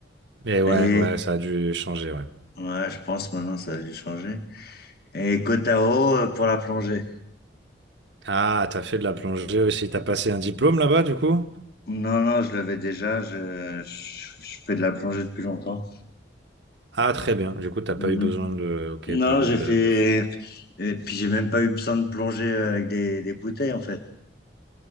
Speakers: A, on the right; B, on the left.
A: Mais ouais,
B: Et
A: ouais, ça a dû changer, ouais.
B: ouais, je pense maintenant ça a dû changer. Et Koh Tao euh, pour la plongée.
A: Ah, t'as fait de la plongée aussi. T'as passé un diplôme là-bas, du coup?
B: Non, non, je l'avais déjà. Je, je, je fais de la plongée depuis longtemps.
A: Ah, très bien. Du coup, t'as
B: Mhm.
A: pas eu besoin de. Ok,
B: Non,
A: de,
B: j'ai
A: de,
B: fait,
A: de-
B: et puis j'ai même pas eu besoin de plonger euh, avec des, des bouteilles en fait.